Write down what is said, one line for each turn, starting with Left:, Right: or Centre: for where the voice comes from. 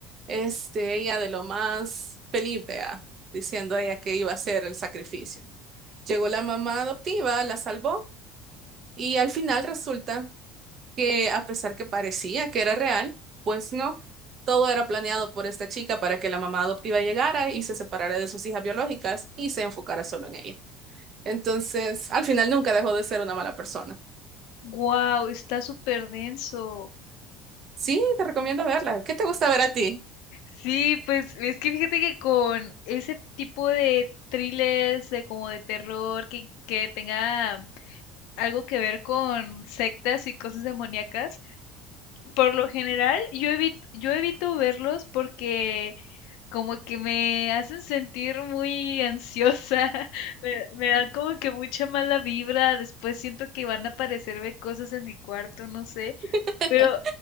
Right: este, ella de lo más feliz, vea, diciendo a ella que iba a hacer el sacrificio. Llegó la mamá adoptiva, la salvó y al final resulta que a pesar que parecía que era real, pues no, todo era planeado por esta chica para que la mamá adoptiva llegara y se separara de sus hijas biológicas y se enfocara solo en ella. Entonces, al final nunca dejó de ser una mala persona.
Left: Wow, está súper denso.
Right: Sí, te recomiendo verla. ¿Qué te gusta ver a ti?
Left: Sí, pues es que fíjate que con ese tipo de thrillers, de como de terror, que, que tenga algo que ver con sectas y cosas demoníacas, por lo general yo evito, yo evito verlos porque como que me hacen sentir muy ansiosa, <laughs> me, me dan como que mucha mala vibra, después siento que van a aparecerme cosas en mi cuarto, no sé,
Right: <laughs>
Left: pero